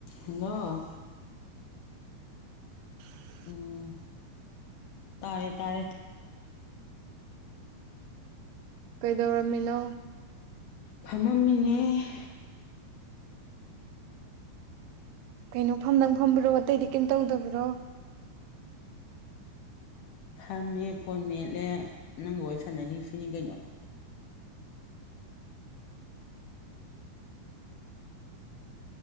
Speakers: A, on the left (about 70°); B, on the right (about 85°).
A: hello
B: <inaudible>
A: ꯎꯝ ꯇꯥꯔꯦ ꯇꯥꯔꯦ
B: ꯀꯩꯗꯧꯔꯝꯃꯤꯅꯣ
A: ꯐꯝꯃꯝꯃꯤꯅꯦ
B: ꯀꯩꯅꯣ ꯐꯝꯗꯪ ꯐꯝꯕ꯭ꯔꯣ ꯑꯇꯩꯗꯤ ꯀꯔꯤꯝ ꯇꯧꯗꯕ꯭ꯔꯣ
A: ꯐꯝꯃꯦ ꯐꯣꯟ ꯃꯦꯠꯂꯦ ꯅꯪꯒ ꯋꯥꯔꯤ ꯁꯥꯟꯅꯔꯤ ꯁꯤꯅꯤ ꯀꯩꯅꯣ